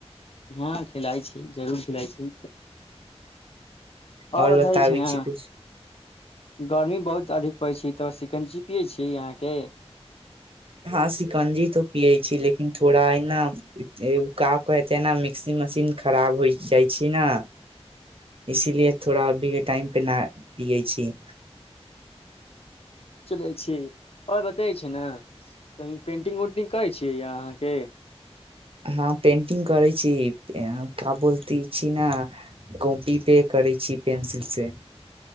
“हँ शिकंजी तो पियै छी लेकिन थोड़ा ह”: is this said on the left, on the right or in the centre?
Right